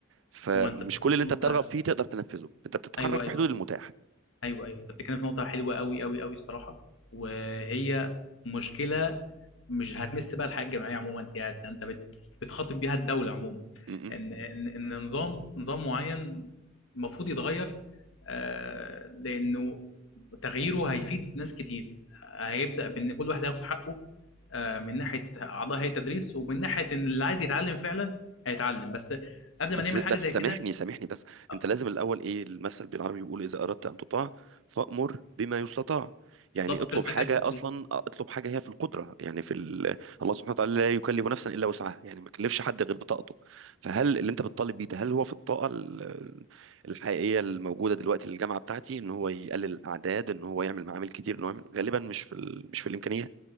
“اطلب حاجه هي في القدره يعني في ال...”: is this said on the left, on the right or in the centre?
Right